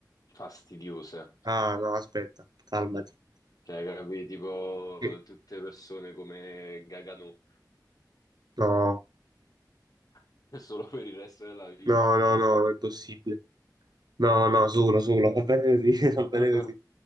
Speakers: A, on the left; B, on the right.
A: Fastidiose.
B: Ah, no, aspetta, calmati.
A: Cioè, capi, tipo
B: Eh,
A: tutte persone come Gagano,
B: No,
A: <laughs> solo per il resto della vita.
B: no, no, no, non è possibile. No, no, solo, solo, <laughs> va bene così,
A: <laughs>
B: <laughs> va bene così,